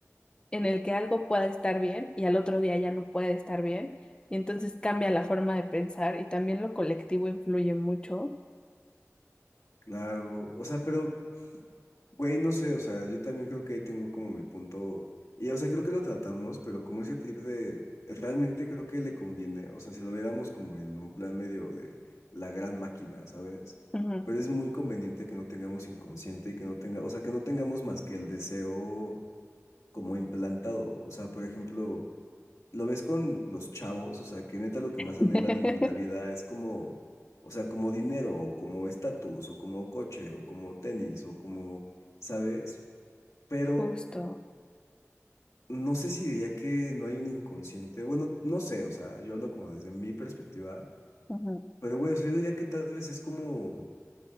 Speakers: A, on the left; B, on the left.
A: en el que algo pueda estar bien y al otro día ya no puede estar bien. Y entonces cambia la forma de pensar y también lo colectivo influye mucho.
B: claro. O sea, pero... Güey, no sé, o sea, yo también creo que ahí tengo como mi punto, y o sea, creo que lo tratamos, pero como ese trip de, realmente creo que le conviene, o sea, si lo viéramos como en un plan medio de la gran máquina, ¿sabes?
A: Ujú.
B: Pero es muy conveniente que no tengamos inconsciente y que no tenga, o sea, que no tengamos más que el deseo como implantado, o sea, por ejemplo, lo ves con los chavos, o sea, que neta lo que
A: <laughs>
B: más anhelan en la vida es como, o sea, como dinero, o como estatus, o como coche, o como tenis, o como... ¿Sabes? pero
A: Justo.
B: no sé si diría que no hay un inconsciente. Bueno, no sé, o sea, yo hablo como desde mi perspectiva,
A: Ujú.
B: pero güey, o sea, yo diría que tal vez es como,